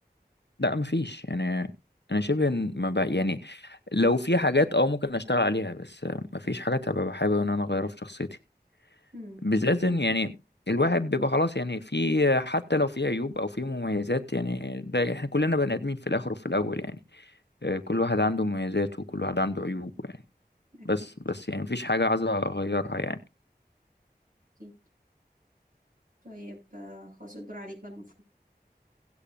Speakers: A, on the left (about 80°); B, on the right (about 55°).
A: لا مفيش يعني انا شبه إن ما بقى يعني لو في حاجات اه ممكن اشتغل عليها بس آه، مفيش حاجات هبقى حابب ان انا اغيرها في شخصيتي
B: امم
A: بالذات إن يعني الواحد بيبقى خلاص يعني في حتى لو في عيوب او في مميزات يعني ده احنا كلنا بني ادمين في الاخر وفي الاول يعني آه، كل واحد عنده مميزاته وكل واحد عنده عيوبه يعني
B: اكيد
A: بس بس يعني مفيش حاجة عايز اغيرها يعني
B: اكيد طيب آه، خلاص الدور عليك بقى المفروض